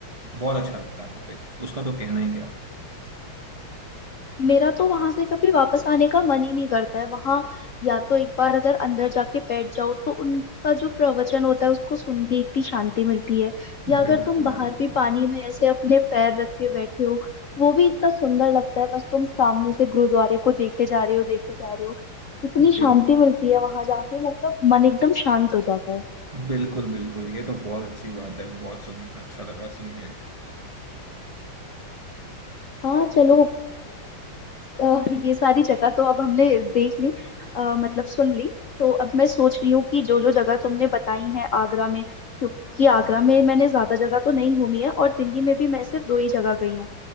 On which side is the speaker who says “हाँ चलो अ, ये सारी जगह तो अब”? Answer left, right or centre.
Left